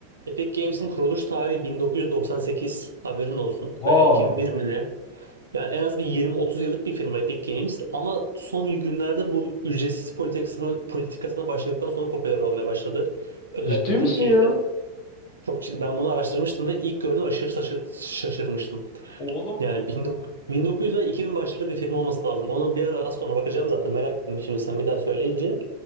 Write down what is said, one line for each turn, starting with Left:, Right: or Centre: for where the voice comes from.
Right: Epic Games'in kuruluş tarihi 1998 haberin olsun
Left: Oha,
Right: veya 2001 mi ne? Yani en az bir 20-30 yıllık bir firma Epic Games ama son günlerde bu ücretsiz politikasına, politikasına başladıktan sonra popüler olmaya başladı. Özellikle
Left: ciddi
Right: Türkiye'de.
Left: misin ya?
Right: Çok çi- ben bunu araştırmıştım ve ilk gördüğümde aşırı şaşı- şaşırmıştım.
Left: Oğlum
Right: Yani 1900 1900 ve 2000 başları bir firma olması lazım. Onu bir ara az sonra bakacağım zaten merak ettim şimdi sen bir daha söyleyince.